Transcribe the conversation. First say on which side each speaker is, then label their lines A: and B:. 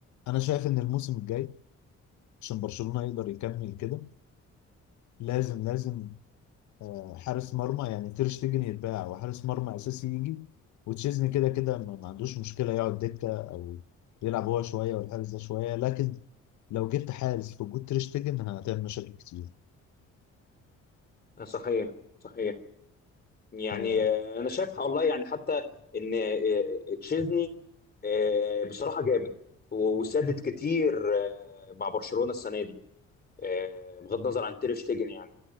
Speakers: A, on the left (about 70°); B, on the left (about 30°).
A: انا شايف ان الموسم الجاي عشان برشلونه يقدر يكمل كده لازم لازم آه، حارس مرمى يعني تير شتيجن يتباع وحارس مرمى اساسي يجي وتشيزني كده كده ما ما عندوش مشكله يقعد دكه او يلعب هو شويه والحارس ده شويه لكن لو جبت حارس في وجود تير شتيجن هتعمل مشاكل كتير
B: صحيح صحيح يعني
A: آه،
B: آه، انا شايف والله يعني حتى ان آه، تشيزني آه، بصراحه جامد و- وسدد كتير آه، مع برشلونه السنه دي آه، بغض النظر عن تير شتيجن يعني